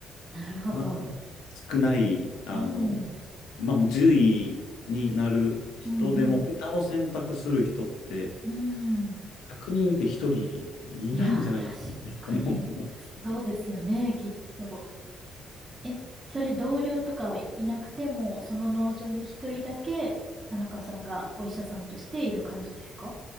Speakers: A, on the right; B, on the left.
A: なるほど。
B: なかなか少ない、あの、
A: うん。
B: まあ、10位になる人でも、
A: うん、うん。
B: 歌を選択する人って、100人いて1人いないんじゃないかなって思います。
A: うん。いやー、確かに、
B: <laughs>
A: そうですよね、きっと。え、それ同僚とかいなくても、その農場に一人だけ、田中さんがお医者さんとしている感じですか